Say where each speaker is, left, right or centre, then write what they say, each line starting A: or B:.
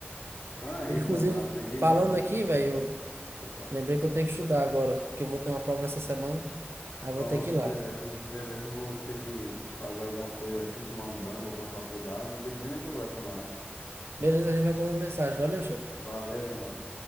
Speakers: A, on the left; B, on the right.
A: Então é
B: Inclusive,
A: isso, meu mano. Aprendi
B: falando
A: muito.
B: aqui, velho, eu
A: Pode falar.
B: lembrei que eu tenho que estudar agora, porque eu vou ter uma prova essa semana, aí eu
A: Pronto,
B: vou ter que ir lá.
A: beleza. Beleza, vou ter que fazer alguma coisa aqui, tomar um banho, vou pra faculdade e depois a gente conversa mais.
B: Beleza, a gente vai mandando mensagem. Valeu, chefe.
A: Valeu, meu mano.